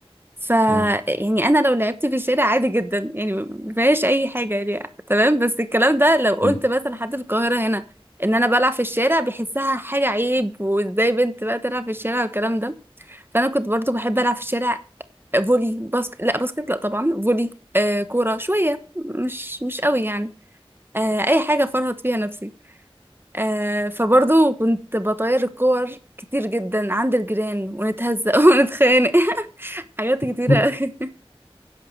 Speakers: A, on the right; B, on the left.
A: ف
B: اه
A: يعني انا لو لعبت في الشارع عادي جدا يعني مفيهاش اي حاجه يعني تمام بس الكلام ده لو قلت
B: أمم.
A: مثلا حد في القاهره هنا ان انا بلعب في الشارع بيحسها حاجه عيب وازاي بنت بقى تلعب في الشارع والكلام ده فانا كنت برضو بحب العب في الشارع فولي باسكت لا باسكت لا طبعا فولي آه كوره شويه مش مش قوي يعني آه اي حاجه فرهط فيها نفسي آه فبرضو كنت بطير الكور كتير جدا عند الجيران ونتهزق <laughs> ونتخانق <laughs> حاجات كتيره
B: <laughs>
A: أوي.